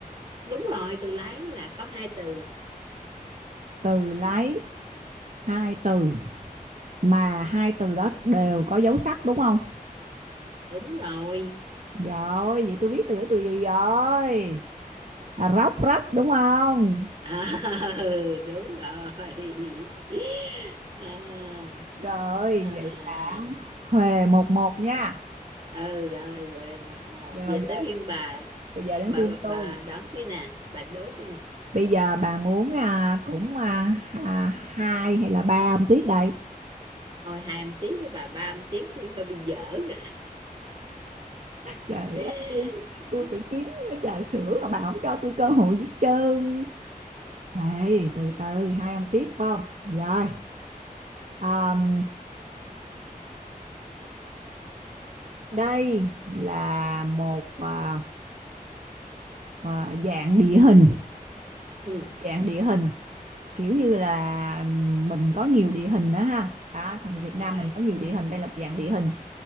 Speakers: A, on the right; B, on the right.
A: đúng rồi từ lái là có hai từ
B: Từ lấy hai từ mà hai từ đó đều có dấu sắc đúng không?
A: đúng rồi
B: Rồi, vậy tôi biết từ từ gì rồi. À, róc rách đúng không?
A: à, <laughs> đúng rồi à,
B: Rồi,
A: à. à.
B: vậy là Huề một một nha.
A: ừ rồi về một một
B: Rồi,
A: về
B: giờ,
A: tới phiên bà
B: bây giờ đến
A: bà
B: phiên tôi.
A: bà đón tôi nè bà đố tôi nè
B: Bây giờ bà muốn à, cũng à, à, hai hay là ba âm tiết đây?
A: thôi hai âm tiết với bà ba âm tiết tôi hơi bị dở rồi
B: Trời
A: <laughs>
B: ơi, tôi phải kiếm cái trà sữa mà bà không cho tôi cơ hội gì hết trơn. Hey, từ từ, hai ông tiếp phải không? Rồi, um, đây là một à, à, dạng địa hình,
A: ừ
B: dạng địa hình kiểu như là mình có nhiều địa hình đó ha. Đó, thằng Việt
A: rồi
B: Nam mình có nhiều địa hình, đây là một dạng địa hình